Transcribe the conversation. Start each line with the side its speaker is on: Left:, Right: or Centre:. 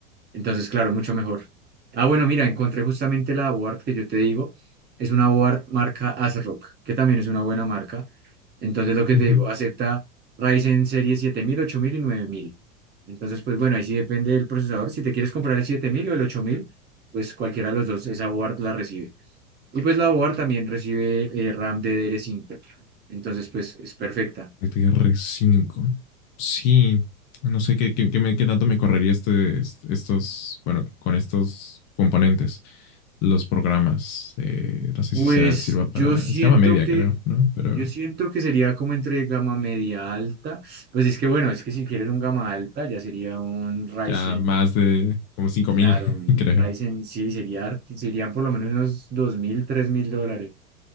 Right: Entonces, claro, mucho mejor. Ah, bueno, mira, encontré justamente la board que yo te digo. Es una board marca ASRock, que también es una buena marca. Entonces, lo que
Left: Ujú.
Right: te digo, acepta Ryzen serie siete mil ocho mil y nueve mil Entonces, pues bueno, ahí sí depende del procesador. Si te quieres comprar el 7000 o el 8000 pues cualquiera de los dos, esa board la recibe. Y pues la board también recibe eh, RAM ddr cinco Entonces, pues es perfecta.
Left: GTR 5. Sí, no sé qué, qué- qué me- qué tanto me correría este, est- estos, bueno, con estos componentes, los programas. eh, no sé
Right: Pues
Left: si sea, sirva
Right: yo
Left: para
Right: siento
Left: escama media,
Right: que,
Left: creo, ¿no? Pero
Right: yo siento que sería como entre gama media alta. Pues es que bueno, es que si quieres un gama alta, ya sería un Ryzen
Left: ya más de como 5000
Right: Y claro, un
Left: <laughs> creo.
Right: Ryzen sí sería, harti- serían por lo menos unos dos mil tres mil dólares.